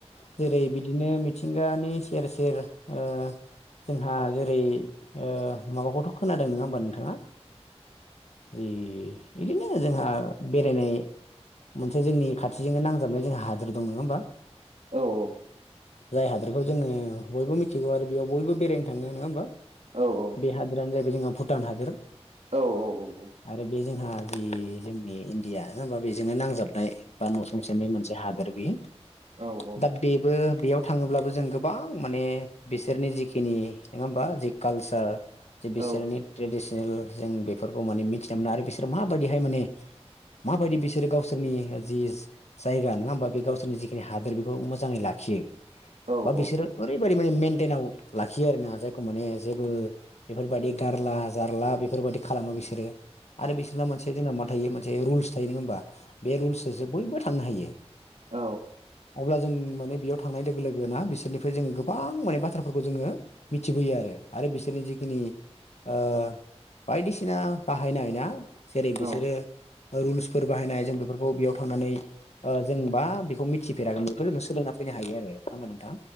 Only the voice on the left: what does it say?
जेरै बिदिनो मिथिंगानि सेर सेर ओ जोंहा जेरै ओ माबाखौथ' खोनादों नोङा होमबा नोंथाङा? जि बिदिनो जोंहा बेरायनाय मोनसे जोंनि खाथिजोंनो नांजाबनाय जोंहा हादोर दङ' नङा होमबा?
जाय हादोरखौ जोङो बयबो मिथिगौ आरो बेयाव बयबो बेरायनो थाङो नोङा होमबा?
बे हादोरानो जाहैबाय जोंहा भुटान हादोर।
आरो बे जोंहा बे जोंनि इण्डिया नङा होमबा बेजोंनो नांजाबनाय बा न'सुंसेनि मोनसे हादोर बियो
दा बेबो बेयाव थाङोब्लाबो जों गोबां माने बिसोरनि जिखिनि नङा हबा जि कालचार ज बिसोरनि
ट्रेडिसि बेल जों बेफोरखौ माने मिथिना मोनो आरो बिसोर माबायदिहाय माने माबायदि बिसोरो गावसोरनि जिस जायगा नङा होमा बे गावसोरनि जिखिनि हादोर बेखौ मोजाङै लाखियो
बा बिसोरो ओरैबादि माने मेेनटेनाव लाखियो आरोना जायखौ माने जेबो बेफोरबायदि गारला जारला बेफोरबायदि खालामो बिसोरो आरो बिसोरना मोनसे जोंना मा थायो मोनसे रुल्स थायो नोङा होमबा बे रुल्ससो बयबो थांनो हायो
अब्ला जों माने बेयाव थांनाय लोगो लोगोना बिसोरनि जोङो गोबां माने बाथ्राफोरखौ जोङो मिथिबोयो आरो आरो बिसोरनि जिखिनि ओ बायदिसिना बाहायनाय ना जेरै
बिसोरो
रुल्सफोर बाहायनाय जों बेफोरखौ बेयाव थांनानै ओ जोंबा बेखौ मिथिफेरागोन बेखौ जों सोलोंना फैनो हायो आरो नङा होमबा नोंथां?